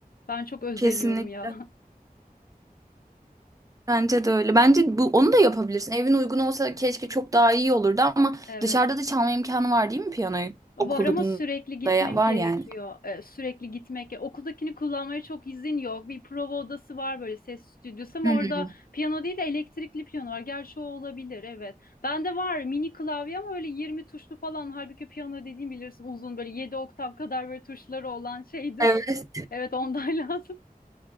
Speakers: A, on the left (about 70°); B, on the right (about 20°).
A: Ben çok özeniyorum
B: Kesinlikle
A: ya.
B: bence de öyle. Bence bu onu da yapabilirsin. Evin uygun olsa keşke çok daha iyi olurdu ama
A: <laughs> Evet.
B: dışarıda da çalma imkanı var değil mi piyanoyu?
A: Var
B: Okulunda
A: ama sürekli gitmek
B: ya- var
A: gerekiyor.
B: yani.
A: Ee, sürekli gitmek. Okuldakini kullanmaya çok izin yok. Bir prova odası var böyle ses stüdyosu ama
B: Hı.
A: orada piyano değil de elektrikli piyano var. Gerçi o olabilir evet. Bende var mini klavye ama öyle 20 tuşlu falan. Halbuki piyano dediğim bilirsin uzun böyle 7 oktav kadar böyle tuşları olan şeydir.
B: Evet.
A: <laughs> Evet ondan <laughs> lazım.